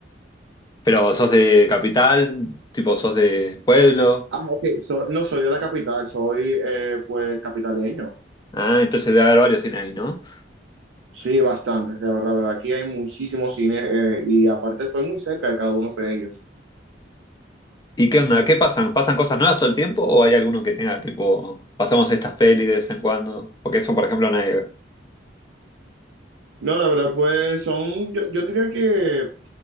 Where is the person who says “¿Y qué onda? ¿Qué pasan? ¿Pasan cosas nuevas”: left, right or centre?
Left